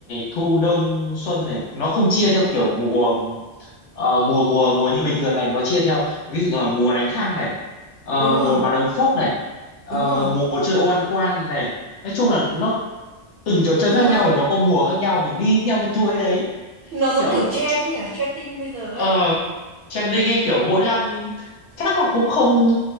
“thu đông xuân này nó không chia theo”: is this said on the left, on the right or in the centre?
Left